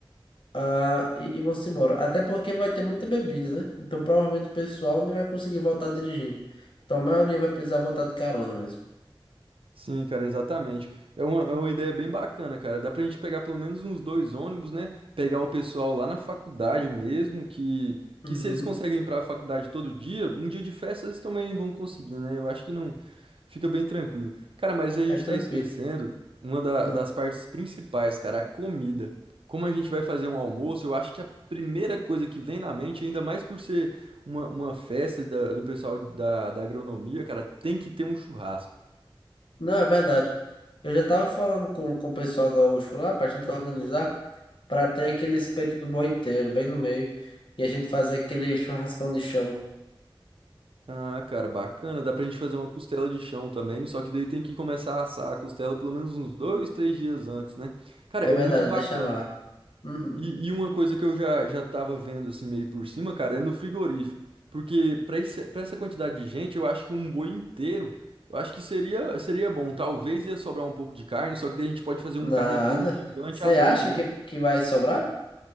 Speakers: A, on the left; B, on the right.
A: Ah, e, e vão-se embora. Até porque vai ter muita bebida, né? Então provavelmente o pessoal nem vai conseguir voltar dirigindo. Então a maioria vai precisar voltar de carona mesmo.
B: Sim, cara, exatamente. É uma, é uma ideia bem bacana, cara. Dá pra gente pegar pelo menos uns dois ônibus, né? Pegar o pessoal lá na faculdade mesmo, que,
A: Uhum,
B: que se eles conseguem ir pra faculdade todo dia, um dia de festa eles também vão conseguir, né? Eu acho que não fica bem tranquilo. Cara, mas a gente
A: é tranquilo.
B: tá esquecendo uma da-
A: Ah,
B: das partes principais, cara, a comida. Como a gente vai fazer um almoço, eu acho que a primeira coisa que vem na mente, ainda mais por ser uma, uma festa da- do pessoal da, da agronomia, cara, tem que ter um churrasco.
A: não, é verdade. Eu já tava falando com, com o pessoal gaúcho lá pra gente organizar pra ter aquele espeto do boi inteiro, bem no meio, e a gente fazer aquele churrascão de chão.
B: Ah, cara, bacana. Dá pra gente fazer uma costela de chão também, só que daí tem que começar a assar a costela pelo menos uns dois, três dias antes, né? Cara,
A: É
B: é
A: verdade,
B: muito bacana.
A: deixa lá. Uhum.
B: E, e uma coisa que eu já, já tava vendo assim meio por cima, cara, é no frigorífico. Porque pra esse, pra essa quantidade de gente, eu acho que um boi inteiro, eu acho que seria, seria bom. Talvez ia sobrar um pouco de carne, só que daí a gente pode fazer
A: Nada.
B: um carreteiro gigante
A: Você
B: à noite,
A: acha
B: né?
A: que, que vai sobrar?